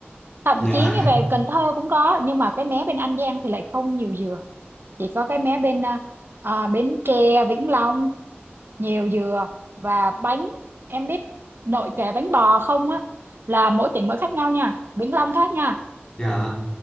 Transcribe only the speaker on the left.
dạ
<laughs>
dạ